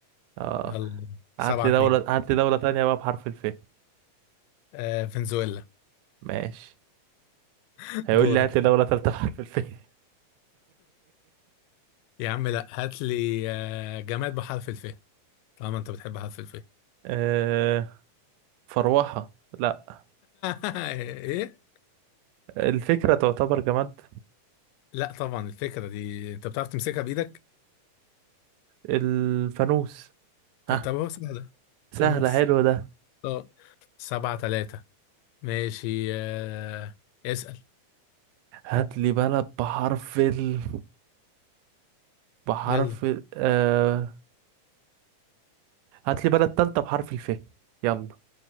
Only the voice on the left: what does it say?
يلا سبعة
اتنين
آه فنزويلا
<laughs>
دورك
يا عم لا هات لي آه، جماد بحرف الف طالما انت بتحب حرف الف <laughs>
ايه
لا طبعا الفكرة دي انت بتعرف تمسكها بايدك
ف-
طب هو سهلة
فانوس
اه سبعة تلاتة ماشي آه. اسأل
يلا